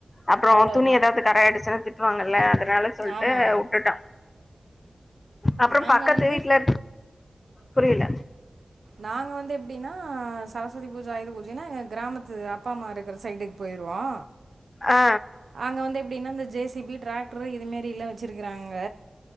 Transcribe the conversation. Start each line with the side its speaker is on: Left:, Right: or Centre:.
Left: அப்புறோ
Right: அவ்ளோதா
Left: துணி ஏதாது கரயாயிடுச்சுன்னா திட்டுவாங்கல்ல அதனால சொல்ட்டு
Right: ஆமா ஆமா
Left: வுட்டுட்ட அப்புறோ
Right: நாங்க
Left: பக்கத்து
Right: வந்து
Left: வீட்ல புரியில
Right: நாங்க வந்து எப்டினா சரஸ்வதி பூஜ ஆயுத பூஜைனா எங்க கிராமத்து அப்பாம்மா இருக்கிற சைடுக்கு போய்ருவோ ஆ
Left: ஆ
Right: அங்க வந்து எப்டினா இந்த ஜே சி பி ட்ராக் ட்ரு இதுமேரிலா வச்சிருக்றாங்க